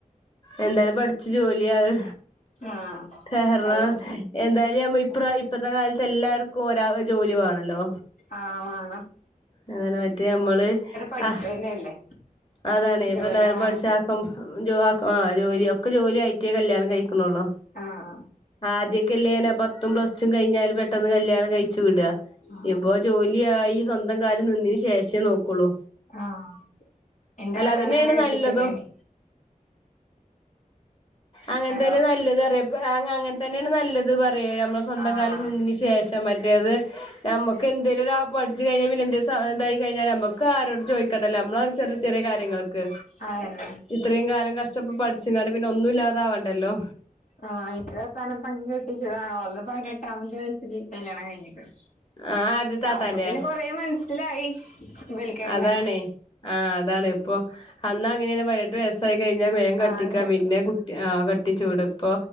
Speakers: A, on the left; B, on the left.
A: എന്തായാലും പഠിച്ച് ജോലിയാവ്
B: ആഹ്
A: കാരണോ
B: ഇന്ഷാ അല്ലാഹ്
A: എന്തായാലും ഞ ഇപ്പ ഇപ്പഴത്തെ കാലത്ത് എല്ലാവർക്കും ഒരാ ജോലി വാണല്ലോ
B: ആഹ് വാണം
A: അങ്ങെനെ ആയിട് നമ്മള്
B: പഠിക്കന്നെല്ലേ
A: അഹ് അതാണ്
B: ജോലി
A: ഇപ്പൊ എല്ലാരും
B: വേണം
A: പഠിച്ച ഇപ്പം ജോ ആഹ് ജോലി ഒക്കെ ജോലി ആയിറ്റേ കല്യാണം കഴി ക്ക്ണ്ള്ളു
B: ആഹ്
A: ആദ്യോക്കെല്ലേ പത്തും പ്ലസ്റ്റും കഴിഞ്ഞാല് പെട്ടെന്ന് കല്യാണം കഴി ച്ച് വിടാ
B: ആഹ്
A: ഇപ്പൊ ജോലിയായി സ്വന്തം കാലില് നിന്നേന് ശേഷേ നോക്കോള്ളു
B: ആഹ് ഇന്റെ ആത്താന
A: അതന്നെയാണ്
B: അങ്ങനെ കെട്ടിച്ചതയ്നി
A: നല്ലതും അങ്ങനെ
B: ഹലോ
A: തന്നെ നല്ലത് അറിയ അങ്ങനെ തന്നെയാണ് നല്ലത് പറയ സ്വന്തം
B: ആഹ്
A: കാലിൽ നിന്നന് ശേഷം മറ്റേത് നമ്മക് എന്തേലും പഠിച്ച കഴിഞ്ഞാ പിന്നെന്തേലും ഇതായി കഴിഞ്ഞാ നമ്മക് ക്ക ആരോട് ചോയ്ക്കണ്ടല്ലേ നമ്മള ചെറിയ ചെറിയ കാര്യങ്ങളൊക്ക്
B: ആയെന്നെ
A: ഇത്രയും കാലം കഷ്ടപ്പ പഠിച്ചുങ്ങാണ്ട് പിന്നെ ഒന്നും ഇല്ലാത ആവണ്ടല്ലോ
B: ആഹ് ഇട്ട് വത്താനം പങ് കെട്ടിച്ചതാന്ന് ഓളത് പതിനെട്ടാമത്തെ വയസ്സിൽ കല്യാണം കഴിഞ്ഞിക്കണ്
A: ആഹ് ആര്ത് താത്താന്റെ
B: അപ്പൊ പിന്നെ കൊറേ മനസ്സിലായി ഇബൽക്കെന്നെ
A: ആഹ് അതാണ് ആഹ് അതാണ് ഇപ്പൊ അന്ന് അങ്ങനെയാണ് പയിനട്ട് വയസായി കഴിഞ്ഞാൽ വേഗം കെട്ടിക്കാ
B: ആഹ് കെട്ടിച്ചു
A: പിന്നെ കുട്ടി ആഹ് കെട്ടിച്ചൂട്പ്പോ